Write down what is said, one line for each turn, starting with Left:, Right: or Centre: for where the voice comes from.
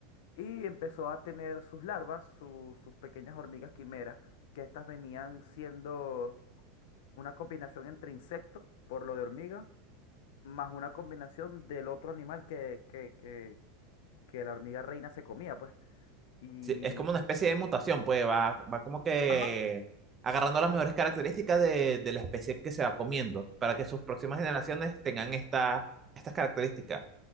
Left: y empezó a tener sus larvas, su- sus pequeñas hormigas quimeras, que estas venían siendo una combinación entre insecto, por lo de hormiga, más una combinación del otro animal que, que, que, que la hormiga reina se comía, pues. Y,
Right: sí, es como una especie de mutación, pues va, va como que
Left: ajá,
Right: agarrando las mejores características de, de la especie que se va comiendo para que sus próximas generaciones tengan esta, estas características.